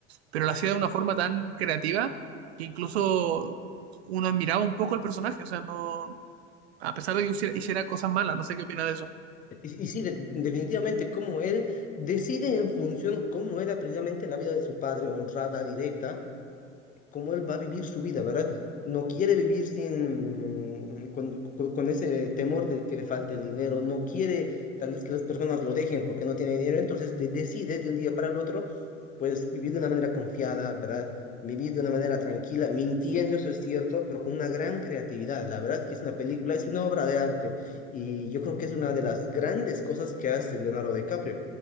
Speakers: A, on the right; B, on the left.
A: pero lo hacía de una forma tan creativa que incluso uno admiraba un poco al personaje, o sea, no, a pesar de que hiciera, hiciera cosas malas, no sé qué opina de eso.
B: y, y sí, de- definitivamente como él decide en función cómo era precisamente la vida de su padre, honrada, directa cómo él va a vivir su vida, ¿verdad? No quiere vivir sin, mm, con, con- con ese temor de que le falte el dinero, no quiere tal vez que las personas lo dejen porque no tiene dinero, entonces de- decide de un día para el otro, pues vivir de una manera confiada, ¿verdad? Vivir de una manera tranquila, mintiendo, eso es cierto, pero con una gran creatividad. La verdad es que es una película, es una obra de arte y yo creo que es una de las grandes cosas que hace Leonardo DiCaprio.